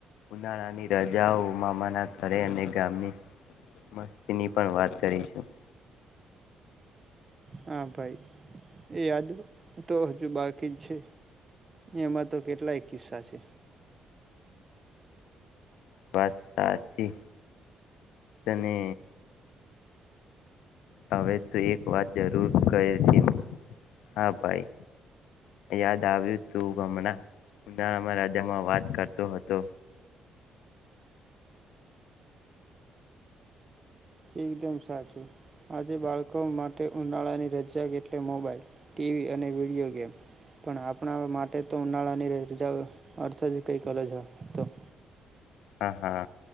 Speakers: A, on the left; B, on the right.
A: ઉનાળાની રાજાઓ મામાના ઘરે અને ગામની મસ્તીની પણ વાત કરીશું.
B: હા ભાઈ એ યાદ તો હજુ બાકી જ છે. એમાં તો કેટલાય કિસ્સા છે.
A: વાત સાચી. તને હવે તો એક વાત જરૂર કર દીમ હા ભાઈ. યાદ આવ્યું તું હમણાં ઉનામાં રાજામાં વાત કરતો હતો.
B: એકદમ સાચું. આજે બાળકો માટે ઉનાળાની રજા એટલે મોબાઈલ ટીવી અને વિડિયો ગેમ પણ આપણા માટે તો ઉનાળાની રજા અર્થ જ કંઈક અલજ હતો.
A: હા હા